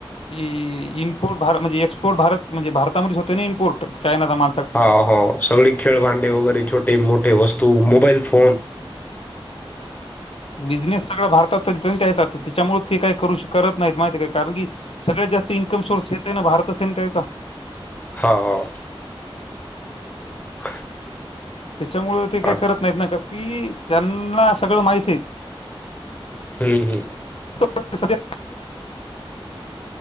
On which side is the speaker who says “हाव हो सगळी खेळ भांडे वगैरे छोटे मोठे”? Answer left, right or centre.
Left